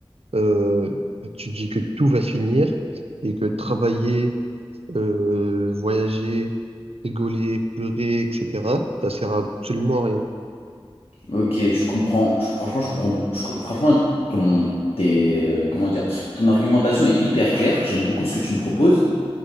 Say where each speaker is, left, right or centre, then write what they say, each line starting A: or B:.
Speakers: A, on the right (about 80°); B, on the left (about 80°).
A: euh, tu te dis que tout va se finir et que travailler, euh, voyager, rigoler, pleurer, etc., ça sert absolument à rien.
B: Ok, je comprends. Je- franchement, je comprends. beau- je- franchement, ton, tes, euh, comment dire, ton argumentation est hyper claire. J'aime beaucoup ce que tu me proposes.